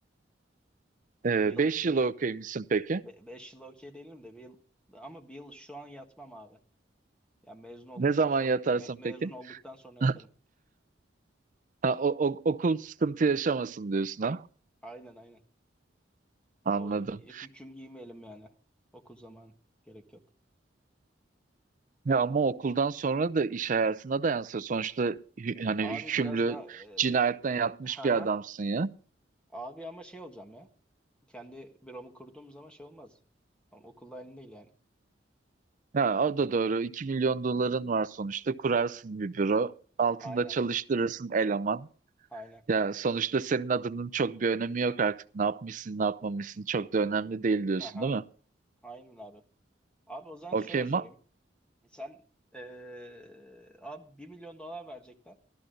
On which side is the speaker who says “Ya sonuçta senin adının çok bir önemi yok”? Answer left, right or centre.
Right